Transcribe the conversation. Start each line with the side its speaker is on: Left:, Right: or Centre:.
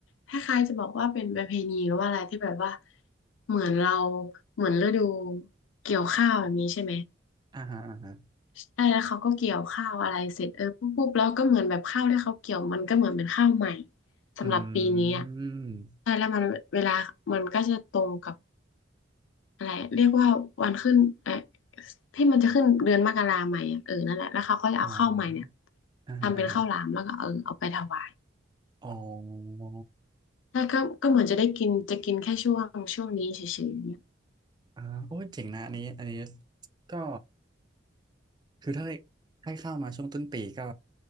Left: คล้ายๆจะบอกว่าเป็นประเพณีหรือว่าอะไรที่แบบว่าเหมือนเราเหมือนฤดูเกี่ยวข้าวแบบนี้ใช่ไหม
Right: อ่าฮะอ่าฮะ
Left: ใช่แล้วเขาก็เกี่ยวข้าวอะไรเสร็จเออปุ๊บปุ๊บแล้วก็เหมือนแบบข้าวที่เขาเกี่ยวมันก็เหมือนเป็นข้าวใหม่สำหรับปีนี้อ่ะ
Right: อืม
Left: ใช่แล้วมันเวลามันก็จะตรงกับอะไรเรียกว่าวันขึ้นเออที่มันจะขึ้นเดือนมกราใหม่อะเออนั่นแหละแล้วเขาก็จะเอาข้าวใหม่เนี่ย
Right: อ๋ออ่าฮะอ่าฮะ
Left: ทำเป็นข้าวหลามแล้วก็เออเอาไปถวาย
Right: อ๋อ
Left: ใช่ก็ก็เหมือนจะได้กินจะกินแค่ช่วงช่วงนี้เฉยๆเนี่ย
Right: อ่าโอ้ยเจ๋งนะอันนี้อันนี้ ก็คือถ้าให้เข้ามาช่วงต้นปีก็